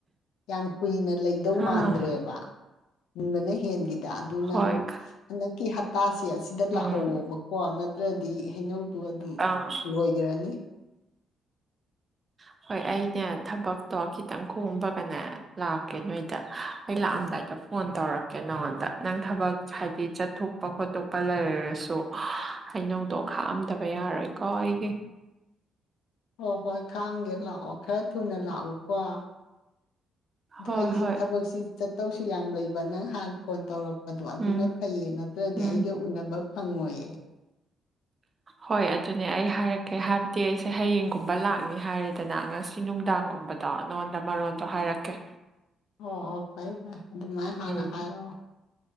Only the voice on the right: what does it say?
ꯑꯥ
ꯍꯣꯏ
ꯎꯝ
ꯑꯥ
ꯍ ꯍꯣꯏ ꯑꯩꯅꯦ ꯊꯕꯛꯇꯣ ꯈꯤꯇꯪ ꯈꯣꯝꯕꯒꯅꯦ ꯂꯥꯛꯀꯦ ꯅꯣꯏꯗ ꯑꯩ ꯂꯥꯛꯑꯝꯗꯥꯏꯗ ꯐꯣꯟ ꯇꯧꯔꯛꯀꯦ ꯅꯉꯣꯟꯗ ꯅꯪ ꯊꯕꯛ ꯍꯥꯏꯗꯤ ꯆꯠꯊꯣꯛꯄ ꯈꯣꯠꯇꯣꯛꯄ ꯂꯩꯔꯔꯁꯨ ꯍꯩꯅꯧꯗꯣ ꯈꯥꯛꯑꯝꯗꯕ ꯌꯥꯔꯣꯏꯀꯣ ꯑꯩꯒꯤ
ꯍꯣꯏ
ꯍꯣꯏ
ꯎꯝ
ꯎꯝ
ꯍꯣꯏ ꯑꯗꯨꯅꯦ ꯑꯩ ꯍꯥꯏꯔꯛꯀꯦ ꯍꯥꯏꯕꯗꯤ ꯑꯩꯁꯦ ꯍꯌꯦꯡꯒꯨꯝꯕ ꯂꯥꯛꯅꯤ ꯍꯥꯏꯔꯦꯗꯅ ꯉꯁꯤ ꯅꯨꯡꯗꯥꯡꯒꯨꯝꯕꯗ ꯗꯣ ꯅꯉꯣꯟꯗ ꯃꯔꯣꯟꯗꯣ ꯍꯥꯏꯔꯛꯀꯦ
ꯎꯝ